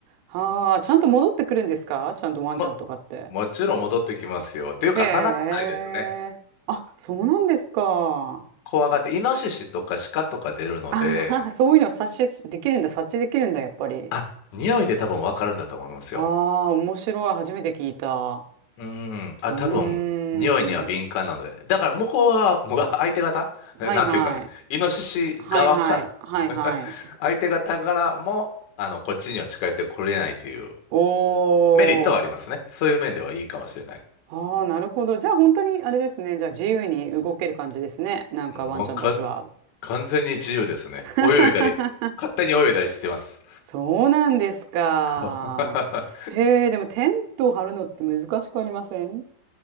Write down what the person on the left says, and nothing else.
も、もちろん戻ってきますよ。っていうか離れないですね。
怖がって、イノシシとかシカとか出るので、
あ、匂いで多分わかるんだと思いますよ。
うん。あ、
多分、匂いには敏感なので。だから向こうは、む <laughs> 相手方え
<laughs> なんていうのかな。イノシシ側から
<laughs> 相手方からも、あの、こっちには近寄ってこれないという
メリットはありますね。そういう面ではいいかもしれない。
うんもう完、完全に自由ですね。
泳いだり、勝手に泳いだりしてます。
<laughs>